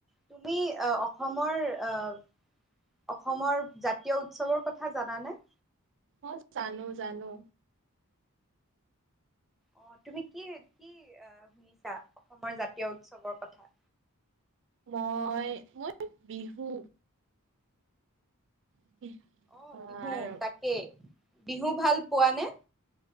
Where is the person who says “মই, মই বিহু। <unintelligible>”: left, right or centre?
Right